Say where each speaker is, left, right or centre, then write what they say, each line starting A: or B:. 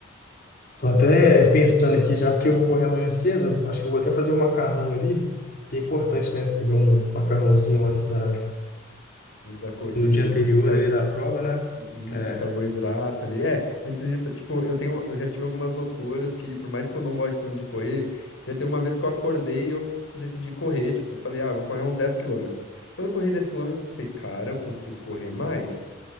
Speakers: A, on the left (about 50°); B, on the left (about 80°).
A: tô até pensando aqui, já porque eu vou correr amanhã cedo, acho que eu vou até fazer um macarrão ali. Que é importante, né? Comer um macarrãozinho antes da,
B: Da corrida,
A: do dia anterior
B: um cara
A: ali da prova, né?
B: Uhum,
A: É,
B: Carboidrato ali. É, antes disso, tipo, eu tenho, eu já tive algumas loucuras que, por mais que eu não goste tanto de correr, já teve uma vez que eu acordei e eu decidi correr, tipo, falei, ah, vou correr uns dez quilômetros Quando eu corri 10 quilômetros eu pensei, cara, eu consigo correr mais?